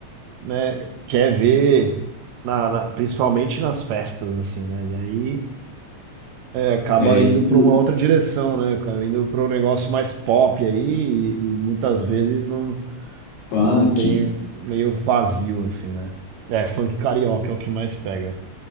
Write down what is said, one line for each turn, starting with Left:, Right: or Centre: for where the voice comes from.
Right: né, quer ver, na, na- principalmente nas festas, assim, né? E aí. acaba
Left: É,
Right: indo
Left: isso mesmo.
Right: para uma outra direção, né? Acaba indo para um negócio mais pop aí e, e muitas vezes não,
Left: funk,
Right: não tem meio vazio assim, né? É, funk carioca é o que mais pega.